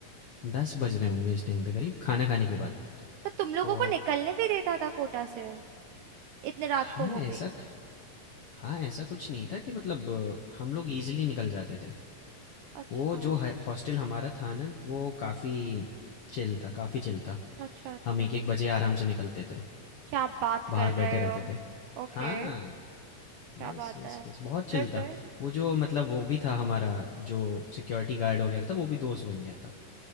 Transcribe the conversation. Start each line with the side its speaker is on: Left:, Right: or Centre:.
Left: दस बज रहे होंगे इस टाइम पे करीब खाना खाने के बाद
Right: तो तुम लोगों
Left: तो
Right: को निकलने भी देता था कोटा से इतने रात
Left: हाँ
Right: को वो
Left: ऐसा
Right: भी
Left: हाँ ऐसा कुछ नहीं था कि मतलब हम लोग इजीली निकल जाते थे
Right: अच्छा
Left: वो जो है हॉस्टल हमारा था ना तो वो काफ़ी चिल था काफ़ी चिल था
Right: अच्छा अच्छा
Left: हम एक एक बजे आराम से निकलते थे
Right: क्या बात
Left: बाहर
Right: कर
Left: बैठे
Right: रहे
Left: रहते
Right: हो
Left: थे
Right: ओके
Left: हाँ
Right: क्या
Left: यस
Right: बात
Left: यस
Right: है
Left: यस बहुत चिल
Right: फिर फिर
Left: था वो जो मतलब वो भी था हमारा जो सिक्योरिटी गार्ड वगैरह था वो भी दोस्त बन गया था